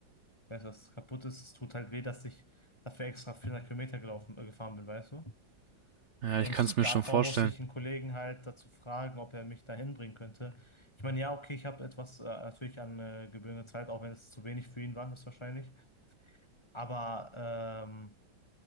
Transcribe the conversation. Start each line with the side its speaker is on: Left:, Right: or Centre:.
Left: äh, weißt du, dass es kaputt ist, es tut halt weh, dass ich dafür extra 400 Kilometer gelaufen, äh, gefahren bin, weißt du?
Right: Ja,
Left: Und
Right: ich kann es mir
Left: davor
Right: schon vorstellen.
Left: musste ich einen Kollegen halt dazu fragen, ob er mich dahin bringen könnte. Ich meine, ja, okay, ich habe etwas äh, natürlich an äh, gebührende Zeit, auch wenn es zu wenig für ihn war, höchstwahrscheinlich. Aber ähm,